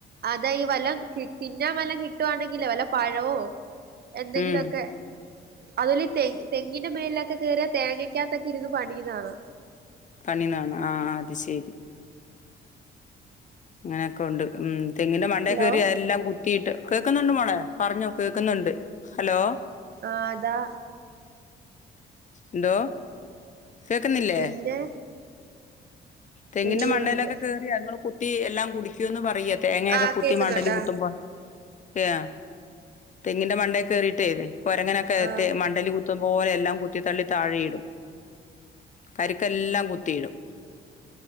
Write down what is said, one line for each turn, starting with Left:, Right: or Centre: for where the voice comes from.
Right: അതാ ഈ വല്ലം കി തിന്നാൻ വല്ലം കിട്ടുവാണെങ്കിൽ വല്ല പഴവോ എന്തെങ്കിലൊക്കെ
Left: ഉം.
Right: അതില് തെ തെങ്ങിന്റെ മേലിലൊക്കെ കേറ്യ തേങ്ങയ്ക്കകത്തൊക്കെ ഇരുന്ന് പണിയ്ണാ ണാ.
Left: പണിയ്ന്നാണ ആ അത് ശരി അങ്ങനൊക്കെ ഉണ്ട് ഉം തെങ്ങിന്റെ മണ്ടേ
Right: ഹലോ
Left: കേറി എല്ലാം ത്തീട്ട് കേക്കുന്നുണ്ട് മോളെ പറഞ്ഞോ കേക്കുന്നുണ്ട് ഹലോ
Right: ആഹ് അതാ
Left: എന്തോ കേക്കുന്നില്ലേ
Right: പിന്നെ
Left: തെങ്ങിന്റെ
Right: ഉം
Left: മണ്ടയിലൊക്കെ
Right: ഉണ്ട്
Left: കേ ഞങ്ങള് കുത്തി എല്ലാം കുടിക്കുവന്ന് പറയാ തേങ്ങയൊക്കെ
Right: ആഹ്
Left: കുത്തി
Right: കേക്കുന്നുണ്ടാ
Left: മണ്ടലി കുത്തുമ്പോ ആ തെങ്ങിന്റെ മണ്ട കേറിട്ടേ കൊരങ്ങനൊക്കെ
Right: ആഹ്
Left: മണ്ടേൽ കു പോലെല്ലാം കു കുത്തിത്തള്ളി താഴെയിടും കരുക്കെല്ലാം കുത്തിയിടും